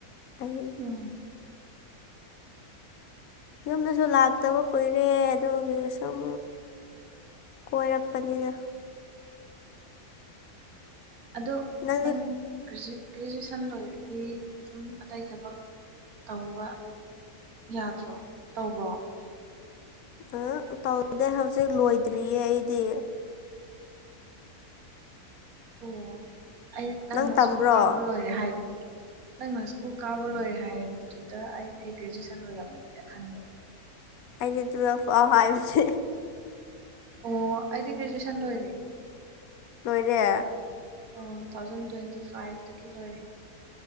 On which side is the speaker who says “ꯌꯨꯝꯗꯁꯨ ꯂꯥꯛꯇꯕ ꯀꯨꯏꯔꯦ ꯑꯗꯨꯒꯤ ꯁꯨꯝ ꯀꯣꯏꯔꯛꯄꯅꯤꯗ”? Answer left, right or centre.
Left